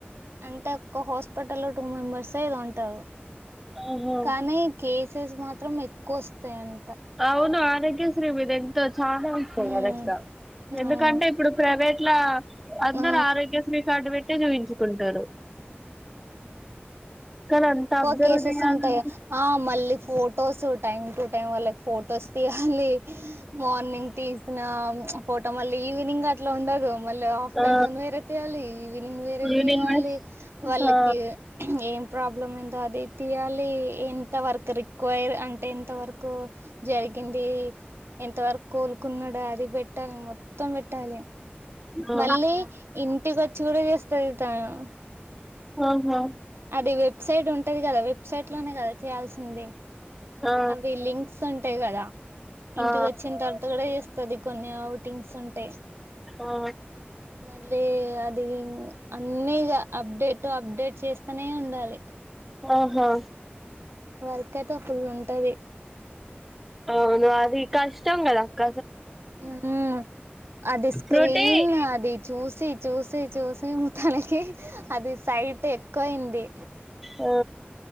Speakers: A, on the right; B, in the centre.
A: అంటే ఒక హాస్పిటల్ లో టూ మెంబెర్స్ ఎదొ ఉంటారు
B: ఆహా
A: కానీ కేసెస్ మాత్రం ఎక్కువ వస్తాయి అన్
B: అవును ఆరోగ్యశ్రీ మీదేన్ చానా వస్తాయి
A: ఉమ్
B: కదాక్క
A: అవును
B: ఎందుకంటే ఇప్పుడు ప్రైవేట్లా అందరూ
A: ఆ
B: ఆరోగ్యశ్రీ కార్డు పెట్టే చూయించుకుంటారు కానీ
A: ఆ
B: అంత
A: ఎక్కువ
B: అబ్జర్వ్
A: కేసెస్
B: చేయాలంటే
A: ఉంటాయి ఆ మళ్ళీ ఫొటోస్ టైమ్ టు టైం వాళ్ళకి ఫొటోస్ తీయాలి మార్నింగ్ తీసినా ఆ ఫోటో మళ్ళీ ఈవినింగ్ అట్లా ఉండదు మల్లా ఆఫ్టర్నూన్
B: ఆ
A: వేరే తీయాలి ఈవినింగ్ వేరే
B: యూనివర్స్
A: తీయాలి వాళ్ళకి
B: ఆ
A: ఏం ప్రాబ్లం ఏందో అది తీయాలి ఎంత వర్క్ రిక్వైర్ అంటే ఎంత వరకు జరిగింది ఎంత వరకు కోలుకున్నాడు అది పెట్టాలి మొత్తం పెట్టాలి
B: ఆ
A: మళ్ళీ ఇంటికొచ్చి కూడా చేస్తరు ట్రాన్
B: ఓహో
A: అది వెబ్సైట్ ఉంటది కదా వెబ్సైట్ లోనే కదా చేయాల్సింది
B: ఆ
A: అవి లింక్స్ ఉంటాయి కదా ఇంటికి
B: ఆ
A: వచ్చిన తర్వాత కూడా చేస్తది కొన్ని అవుటింగ్స్ ఉంటయ్
B: ఆ
A: మళ్ళీ అది అన్నీగ అప్డేట్ టు అప్డేట్ చేస్తనే ఉండాలి
B: ఆహా
A: వర్క్ అయితే ఫుల్ ఉంటది
B: అవును అది కష్టంగదక్క
A: మ్ అది స్క్రీన్
B: ఫ్రూటీ
A: అది చూసి చూసి చూసి మ్ తనకి అది సైట్ ఎక్కువయింది
B: ఆ ఆ